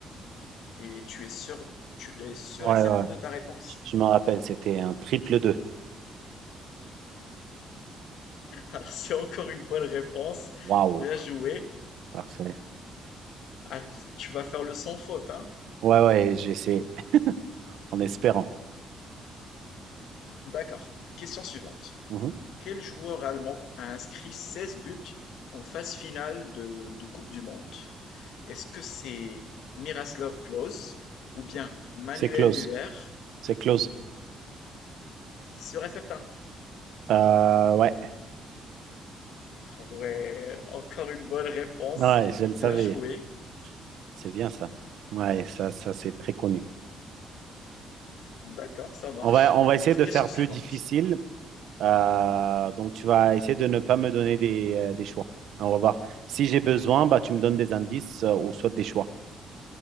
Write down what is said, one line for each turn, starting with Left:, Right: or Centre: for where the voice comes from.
Left: Et tu es sûr, tu es sûr
Right: Ouais,
Left: et certain
Right: ouais. ouais.
Left: de ta réponse?
Right: Je me rappelle, c'était un triple deux
Left: Alors c'est encore une bonne réponse.
Right: Waouh.
Left: Bien joué.
Right: Parfait.
Left: Ah, tu vas faire le sans faute, hein?
Right: Ouais, ouais, j'essaie en espérant.
Left: D'accord. Question suivante.
Right: Mhm.
Left: Quel joueur allemand a inscrit 16 buts en phase finale de de Coupe du monde? Est-ce que c'est Miroslav Klose ou bien Manuel
Right: C'est close.
Left: Neuer?
Right: C'est close.
Left: Sûr et certain.
Right: Euh, ouais.
Left: Ah ouais, encore une bonne réponse.
Right: Ouais, je le
Left: Bien
Right: savais.
Left: joué.
Right: C'est bien ça. Ouais, ça, ça c'est très connu.
Left: D'accord, ça marche.
Right: On va, on va essayer
Left: Alors,
Right: de
Left: question
Right: faire
Left: suivante.
Right: plus difficile. Euh, donc, tu vas essayer de ne pas me donner des, euh, des choix. On va voir. Si j'ai besoin, bah, tu me donnes des indices euh, ou soit des choix.